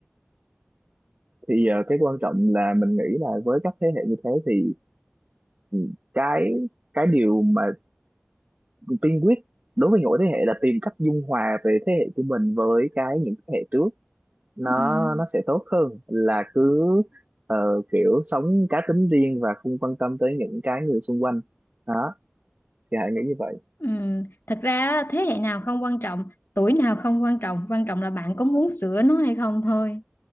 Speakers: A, on the right; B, on the left.
A: thì ờ, cái quan trọng là mình nghĩ là với các thế hệ như thế thì ừ, cái cái điều mà tiên quyết đối với mỗi thế hệ là tìm cách dung hòa về thế hệ của mình với cái những thế hệ trước nó
B: Ừm.
A: nó sẽ tốt hơn là cứ ờ, kiểu sống cá tính riêng và không quan tâm tới những cái người xung quanh đó thì hãy nghĩ như vậy
B: Ừm, thật ra thế hệ nào không quan trọng tuổi nào không quan trọng quan trọng là bạn có muốn sửa nó hay không thôi